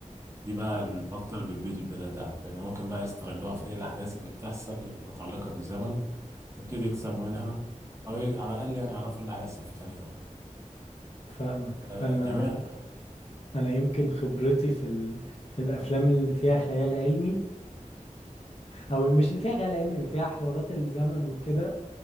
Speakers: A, on the right (about 20°); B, on the left (about 45°).
A: دي بقى البطة اللي بتبيض البيضة الذهب لأن ممكن بقى يستغلوها في إيه الأحداث اللي بتحصل المتعلقة بالزمن ويبتدوا يكسبوا منها أو ي- على الأقل يعني يعرفوا اللي هيحصل في تاني يوم
B: فاهمك
A: آه،
B: انا
A: جميع
B: انا يمكن خبرتي في ال... في الافلام اللي فيها خيال علمي او مش اللي فيها خيال علمي اللي فيها حوارات الزمن وكده